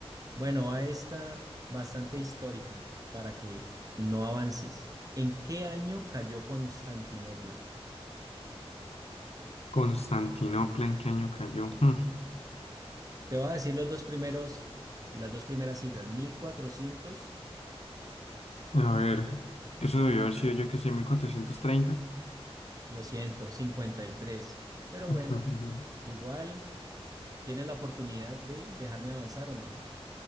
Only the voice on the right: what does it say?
Bueno, va esta bastante histórica para que no avances. ¿En qué año cayó Constantinopla?
Te voy a decir los dos primeros, las dos primeras cifras. mil cuatrocientos.
lo siento, 53. Pero
bueno, igual tienes la oportunidad de dejarme avanzar o no.